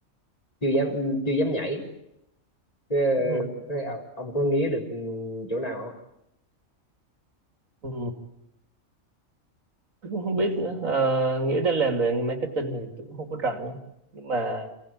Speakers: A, on the left; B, on the right.
A: chưa dám chưa dám nhảy Ờ,
B: ừ.
A: ờ, ông có nghĩ được chỗ nào không
B: Ừ. tôi cũng không biết nữa Ờ, nghĩa đang làm về marketing thì tôi cũng không có rảnh nữa nhưng mà